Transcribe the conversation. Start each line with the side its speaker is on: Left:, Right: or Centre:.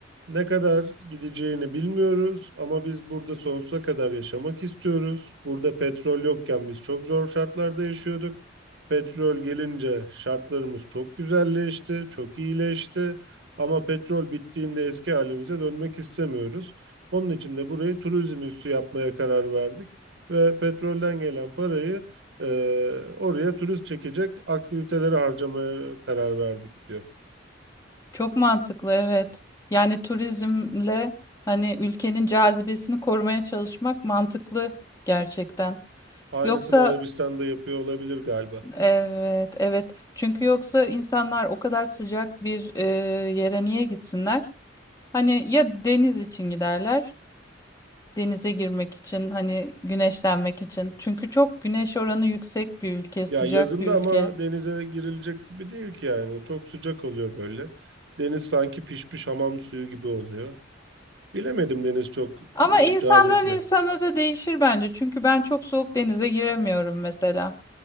Right: Ne kadar gideceğini bilmiyoruz ama biz burada sonsuza kadar yaşamak istiyoruz. Burada petrol yokken biz çok zor şartlarda yaşıyorduk. Petrol gelince şartlarımız çok güzelleşti, çok iyileşti. Ama petrol bittiğinde eski halimize dönmek istemiyoruz. Onun için de burayı turizm üssü yapmaya karar verdik ve petrolden gelen parayı eee, oraya turist çekecek aktivitelere harcamaya karar verdik diyor.
Left: Çok mantıklı evet. Yani turizmle hani ülkenin cazibesini korumaya çalışmak mantıklı gerçekten.
Right: Aynısını
Left: Yoksa
Right: Arabistan'da yapıyor olabilir galiba.
Left: evet evet. Çünkü yoksa insanlar o kadar sıcak bir e, yere niye gitsinler? Hani ya deniz için giderler. Denize girmek için hani güneşlenmek için. Çünkü çok güneş oranı yüksek bir ülke, sıcak
Right: Ya yazında
Left: bir ülke.
Right: ama denize girilecek gibi değil ki yani. Çok sıcak oluyor böyle. Deniz sanki pişmiş hamam suyu gibi oluyor. Bilemedim deniz çok e,
Left: Ama insandan
Right: cazip mi?
Left: insana da değişir bence. Çünkü ben çok soğuk denize giremiyorum mesela.